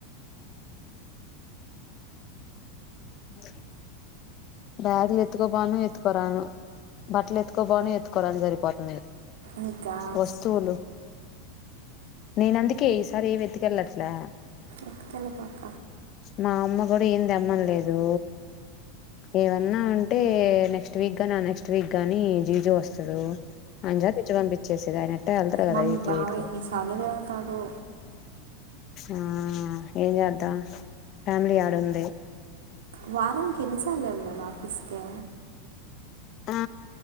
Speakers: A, on the left (about 40°); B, on the right (about 85°).
A: బ బ్యాగులు ఎత్తుకోబాను ఎత్తుకోరాను బట్టలు ఎత్తుకో బాను ఎత్తు సరిపోతు
B: నీకా
A: వస్తువులు నేన అందుకే ఈసారి ఏం వెతికి వెళ్ళా లా
B: ఎకల పక
A: మా అమ్మ కూడా ఏం తేమ్మంలేదు ఏ ఏవన్నా ఉం టే నెక్స్ట్ వీక్ గాని ఆ నెక్స్ట్ వీక్ గాని జిజె వస్తాడు అంజా తెచ్చి పంపించేసది ఆయన అట్టే వెళ్తారు కదా
B: మమ్మీ
A: వీటిలు
B: బావ
A: వీట్లు
B: ఎన్నిసార్లు తిరుగుతాడు
A: ఆ ఏజద్దా ఫ్యామిలీ ఆడుంది
B: వారం క ఎన్నిసాలన్నాను ఆఫీస్ క
A: ఆ